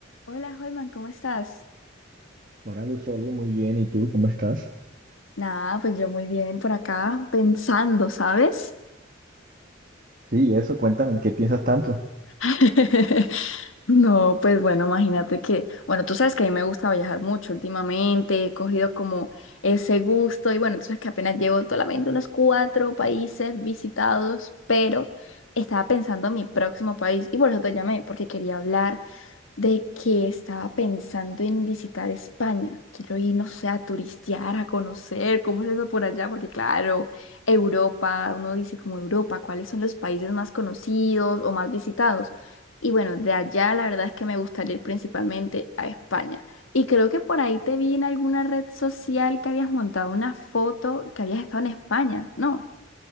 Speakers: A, on the left; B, on the right.
A: Hola, Holman, ¿cómo estás?
B: Hola Lucely, muy bien. ¿Y tú cómo estás?
A: Nada, pues yo muy bien por acá pensando, ¿sabes?
B: Sí, eso, cuéntame, ¿en qué piensas tanto?
A: <laughs> No, pues bueno, imagínate que, bueno, tú sabes que a mí me gusta viajar mucho últimamente, he cogido como ese gusto y bueno, tú sabes que apenas llevo solamente unos cuatro países visitados, pero estaba pensando en mi próximo país y por eso te llamé, porque quería hablar. de que estaba pensando en visitar España. Quiero ir, no sé, a turistear, a conocer cómo es eso por allá, porque claro, Europa, uno dice como Europa, ¿cuáles son los países más conocidos o más visitados? Y bueno, de allá la verdad es que me gustaría ir principalmente a España. Y creo que por ahí te vi en alguna red social que habías montado una foto que habías estado en España, ¿no?